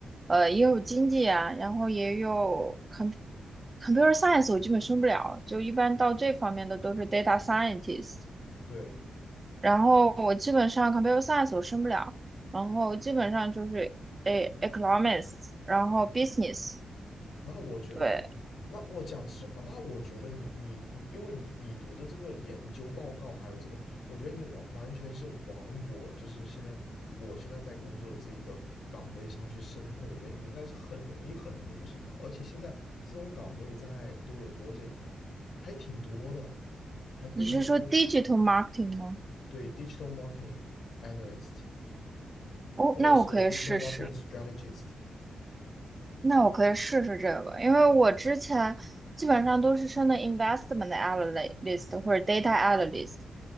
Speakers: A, on the right; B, on the left.
A: 呃，也有经济啊，然后也有 com computer science，我基本升不了，就一般到这方面的都是 data scientist。
B: 对。
A: 然后我基本上 computer science 我升不了，然后基本上就是诶 economics，然后 business。
B: 那我觉得，
A: 对，
B: 那我讲实话，那我觉得你你你，因为你你读的这个研究报告，还有这个，我觉得你完完全是往我就是现在我现在在工作的这一个岗位上去升的话，我觉得你应该是很容易很容易就升到，而且现在这种岗位在多伦多这一块还挺多的，还非常多。
A: 你是说 digital marketing 吗？
B: 对，digital marketing analyst
A: 哦，
B: 或者是
A: 那我可以试试。
B: digital marketing strategist，
A: 那我可以试试这个，因为我之前基本上都是升的 investment analyst 或者 data analyst，